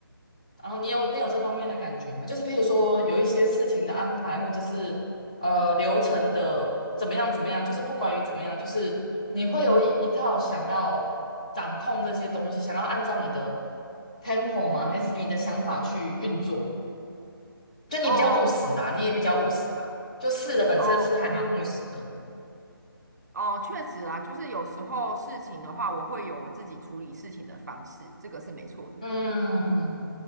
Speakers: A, on the left; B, on the right.
A: 然后你有你有这方面的感觉吗？就是譬如说有一些事情的安排，或者是呃流程的怎么样怎么样，就是不管于怎么样，就是你会有一一套想要掌控这些东西，想要按照你的 tempo 吗？还是你的想法去运作？就你比较务实啦，
B: 哦
A: 你也比较务实啦，就试的本身是还蛮务实的。
B: 哦哦，确实啊，就是有时候事情的话，我会有我自己处理事情的方式，这个是没错的。
A: 嗯，